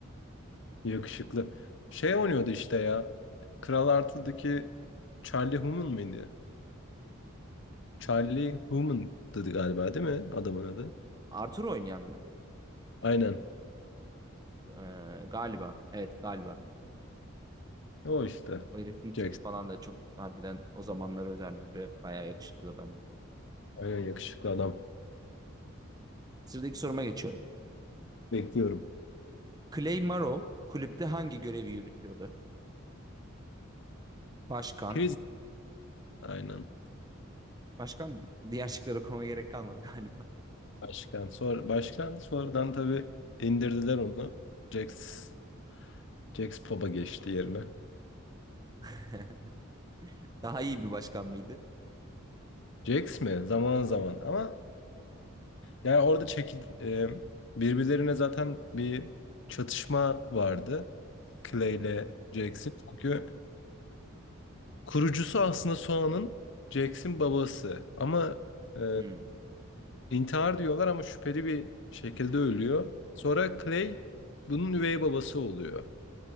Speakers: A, on the left; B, on the right.
A: Yakışıklı. Şey oynuyordu işte ya. Kral Arthur'daki Charlie Hunnam mıydı? Charlie Hunnam'dı galiba değil mi adamın adı?
B: Arthur oynayan mı?
A: Aynen.
B: Ee, galiba. Evet galiba.
A: O işte.
B: O herifin tipi
A: Jax.
B: falan da çok harbiden o zamanlar özellikle bayağı yakışıklı adamdı.
A: Aynen yakışıklı adam.
B: Sıradaki soruma geçiyorum.
A: Bekliyorum.
B: Clay Morrow kulüpte hangi görevi yürütüyordu? Başkan.
A: Priz. Aynen.
B: Başkan mı? Diğer şıkları okumama gerek kalmadı galiba.
A: Başkan. Sonra, başkan sonradan tabii indirdiler onu. Jax, Jax Pop'a geçti yerine.
B: <laughs> Daha iyi bir başkan mıydı?
A: Jax mi? Zaman zaman. Ama yani orada çekil, e, birbirlerine zaten bir çatışma vardı. Clay ile
B: Hı hı.
A: Jax'in. Çünkü kurucusu aslında Soğan'ın Jax'in babası. Ama e,
B: Hmm.
A: intihar diyorlar ama şüpheli bir şekilde ölüyor. Sonra Clay bunun üvey babası oluyor.